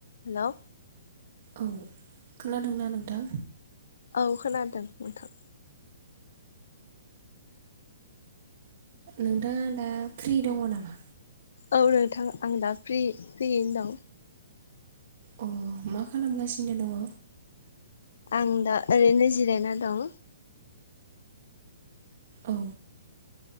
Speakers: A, on the left; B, on the right.
A: Hello
B: औ खोनादोंना नोंथां?
A: औ खोनादों नोंथां।
B: नोंथाङा दा फ्रि दङ नामा?
A: औ नोंथां आं दा फ्रि फ्रियैनो दं।
B: अ मा खालामगासिनो दङ?
A: आं दा ओरैनो जिरायना दं।
B: औ